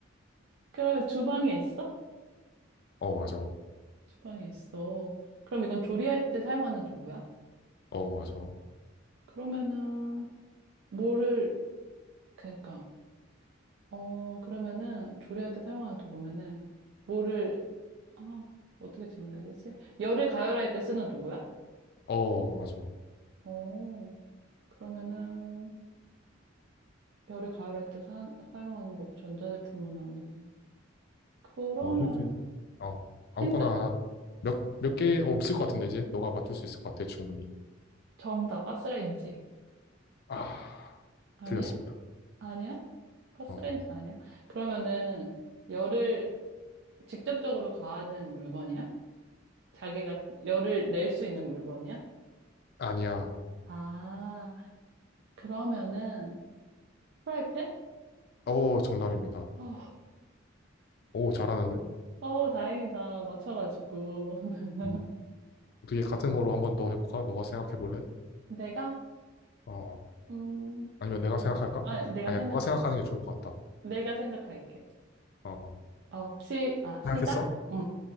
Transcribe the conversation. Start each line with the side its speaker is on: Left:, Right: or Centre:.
Right: 그러면 주방에 있어?
Left: 어, 맞아.
Right: 주방에 있어. 그럼 이건 조리할 때 사용하는 도구야?
Left: 어, 맞아.
Right: 그러면은, 뭐를, 그러니까, 어, 그러면은, 조리할 때 사용하는 도구면은, 뭐를, 아, 어떻게 질문해야 되지? 열을 가열할 때 쓰는 도구야?
Left: 어, 맞아.
Right: 어, 그러면은, 열을 가열할 때 사, 사용하는 거고, 전자제품은 아니고. 그러면은,
Left: 어, 힌트. 어, 아무거나
Right: 힌트,
Left: 하나. 몇, 몇 개 없을 것 같은데, 이제? 너가 맞출 수 있을 것 같아, 충분히.
Right: 정답, 가스레인지.
Left: 아,
Right: 아니야?
Left: 틀렸습니다.
Right: 아니야? 가스레인지
Left: 어,
Right: 아니야? 그러면은, 열을 직접적으로 가하는 물건이야? 자기가 열을 낼 수 있는 물건이야?
Left: 아니야.
Right: 아, 그러면은, 프라이팬?
Left: 어, 정답입니다.
Right: 어,
Left: 오, 잘하는데?
Right: 어, 다행이다. 맞춰가지고. <laughs>
Left: 음, 어떻게 같은 걸로 한번 더 해볼까? 너가 생각해 볼래?
Right: 내가,
Left: 어.
Right: 음,
Left: 아니면 내가 생각할까?
Right: 아, 내가
Left: 아니야,
Right: 생각할게.
Left: 너가 생각하는 게 좋을 것 같다.
Right: 내가 생각할게.
Left: 어,
Right: 어, 시, 아, 시작?
Left: 생각했어?
Right: 응.